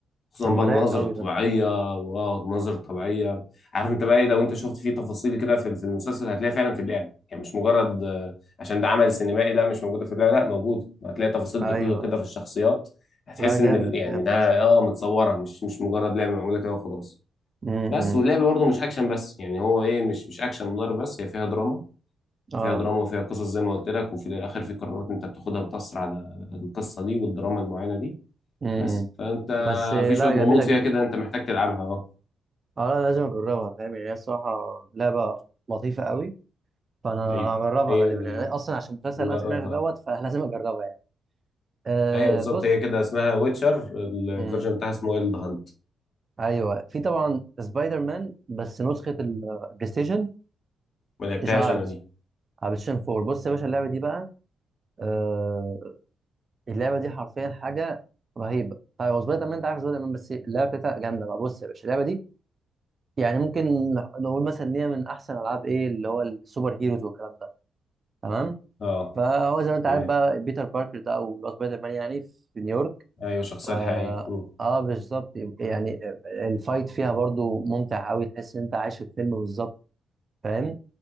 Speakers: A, on the left; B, on the right.
A: خصوصا
B: طب ما
A: بقى المناظر
B: رايق قوي
A: الطبيعيه
B: ده
A: واو المناظر الطبيعيه عارف انت بقى ايه لو انت شفت فيه تفاصيل كده في في المسلسل هتلاقيها فعلا في اللعب يعني مش مجرد آه، عشان ده عمل سينمائي ده مش موجوده في اللعب لا موجود هتلاقي تفاصيل
B: ايوه
A: دقيقه كده
B: ايوه
A: في الشخصيات هتحس
B: لا جامد
A: ان ال- يعني
B: جامد
A: ده اه متصوره مش مش مجرد لعبه معموله كده وخلاص
B: امم
A: بس واللعب برضه مش اكشن بس يعني هو ايه مش مش اكشن ضرب بس هي فيها دراما
B: اه
A: فيها دراما وفيها قصص زي ما قلت لك وفي الاخر في قرارات انت بتاخدها بتأثر على القصه دي والدراما المعينه دي
B: امم
A: بس فانت
B: بس لا
A: في شويه غموض
B: جميله جدا
A: فيها كده انت محتاج تلعبها اه
B: اه لا لازم اجربها فاهم يعني هي الصراحه لعبه لطيفه قوي فانا
A: ايوه
B: هجربها
A: هي
B: غالبا
A: ال-
B: يعني اصلا عشان المسلسل
A: نجربها
B: اللي انا سمعته دوت فلازم <laughs> اجربها يعني آه
A: ايوه بالظبط
B: بص
A: هي كده اسمها ويتشر
B: امم
A: الفيرجن بتاعها اسمه وايلد هانت
B: ايوه في طبعا سبايدر مان بس نسخه البلاي ستيشن
A: ما لعبتهاش
B: تشتغل على
A: انا
B: البلاي
A: دي
B: ستيشن 4 بص يا باشا اللعبه دي بقى آه، اللعبه دي حرفيا حاجه رهيبه طيب هو سبايدر مان انت عارف سبايدر مان بس اللعبه بتاعتها جامده بقى بص يا باشا اللعبه دي يعني ممكن نقول مثلا ان هي من احسن العاب ايه اللي هو السوبر هيروز والكلام ده تمام
A: اه
B: فهو زي ما انت
A: تمام
B: عارف بقى بيتر باركر ده او اللي هو سبايدر مان يعني في نيويورك
A: ايوه الشخصيه
B: ف
A: الحقيقيه مم.
B: اه بالظبط يعني الفايت فيها برضو ممتع قوي تحس ان انت عايش في فيلم بالظبط فاهم